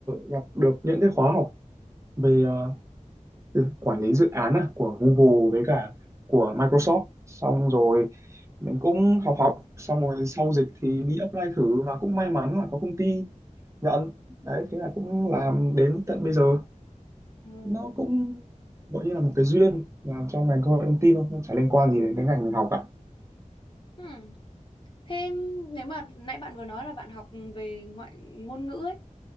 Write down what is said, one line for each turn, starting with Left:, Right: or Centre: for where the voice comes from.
Right: gặp được những cái khóa học về ờ, từ quản lý dự án à, của Google với cả của Microsoft xong rồi mình cũng học học xong rồi sau dịch thì đi apply thử và cũng may mắn là có công ty nhận đấy thế là cũng làm đến tận bây giờ
Left: Ừ.
Right: nó cũng gọi như là một cái duyên làm trong ngành công nghệ thông tin thôi nó chả liên quan gì đến cái ngành mình học cả
Left: Ừ. Thế nếu mà nãy bạn vừa nói là bạn học về ngoại ngôn ngữ ấy,